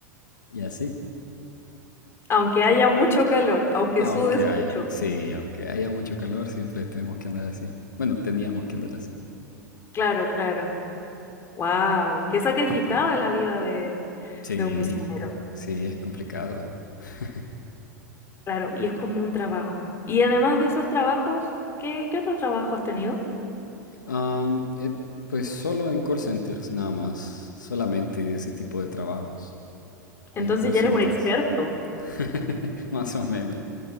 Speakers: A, on the left (about 75°); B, on the left (about 25°).
A: y así.
B: Aunque haya mucho calor, aunque
A: Aunque
B: sudes
A: haya,
B: mucho.
A: sí, aunque haya mucho calor, siempre tenemos que andar así. Bueno, teníamos que andar así.
B: Claro, claro. Wow, qué sacrificada la vida de,
A: Sí,
B: de un misionero.
A: sí, es complicado. <laughs>
B: Claro, y es como un trabajo. Y además de esos trabajos, ¿qué, qué otro trabajo has tenido?
A: Am, eh, pues solo en call centers, nada más. Solamente ese tipo de trabajos.
B: Entonces
A: En call
B: ya
A: centers.
B: eres un experto.
A: <laughs> Más o menos,